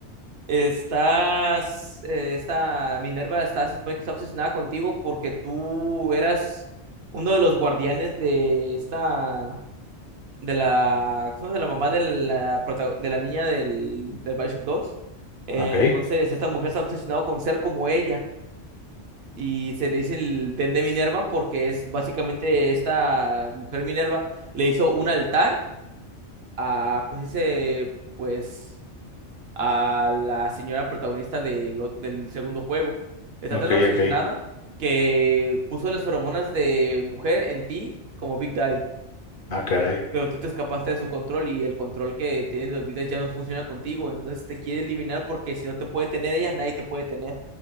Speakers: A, on the right; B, on the left.
A: estás. eh, esta Minerva está, se supone que está obsesionada contigo porque tú eras uno de los guardianes de esta. de la, ¿cómo se llama? de la mamá de la, prota- de la niña del, del Bioshock 2. Eh,
B: Ok.
A: entonces, esta mujer está obsesionada con ser como ella y se le dice el Den de Minerva porque es básicamente esta mujer Minerva le hizo un altar a, pues dice, pues a la señora protagonista de lo- del segundo juego. Está
B: Ok,
A: tan obsesionada
B: ok.
A: que puso las feromonas de mujer en ti como Big Daddy.
B: Ah, caray.
A: pero tú te escapaste de su control y el control que tiene de los vidas ya no funciona contigo, entonces te quiere eliminar porque si no te puede tener ella, nadie te puede tener.